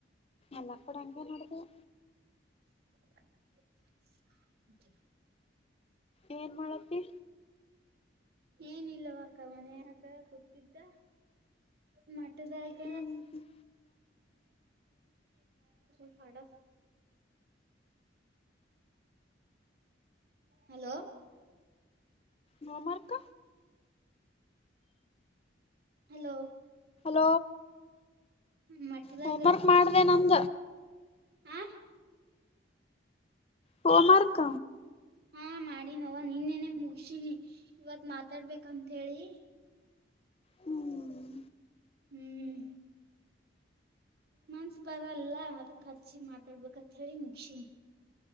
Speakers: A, on the left (about 30°); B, on the right (about 55°).
A: ಎಲ್ಲ ಕಡೆ ಹಂಗೆ ನೋಡ್ದೀಯ.
B: <inaudible>
A: ಏನ್ ಮಾಡತ್ತಿ?
B: ಏನಿಲ್ಲವಾಕ್ಕ ಮನ್ಯಾಗೆ ಕೂತಿದ್ದೆ ಮ ಟ್ಟದಾಗ
A: ಹ್ಮ್
B: <unintelligible> ಹಲೋ
A: ಮಾಮಾರ್ಕ
B: ಹಲೋ
A: ಹ
B: ಮಠದಾಗ
A: ಹೋಮರ್ ಮಾಡಿದೆನ ಅಂದೆ
B: ಆ
A: ಅ ಹೋಮರ್ಕ
B: ಹಾ ಮಾಡಿ ನವ ನಿನ್ನೆನೆ ಮುಗಸಿನಿ ಇವತ್ ಮಾತಾಡ್ಬೇಕಂತ ಹೇಳಿ
A: ಹ್ಮ್
B: ಹ್ಮ್ ಮನ್ಸ ಬರಲ್ಲ ಅದಕ್ ಹಚ್ಚಿ ಮಾತಾಡ್ಬೇಕತ್ ಹೇಳಿ ಮುಗ್ಸಿನಿ